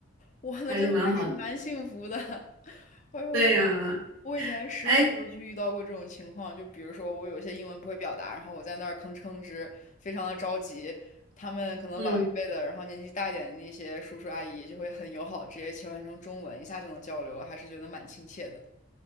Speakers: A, on the left; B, on the right.
A: 哇，那真的还是蛮幸福的，
B: 还是蛮好的
A: <laughs> 哎呦。
B: 对呀，
A: 我以前实习时候就遇到过这种情况，
B: 哎，
A: 就比如说我有一些英文不会表达，然后我在那儿吭哧吭哧，非常的着急。他们可能老一辈的，
B: 嗯
A: 然后年纪大一点的那些叔叔阿姨就会很友好，直接切换成中文，一下就能交流了，还是觉得蛮亲切的。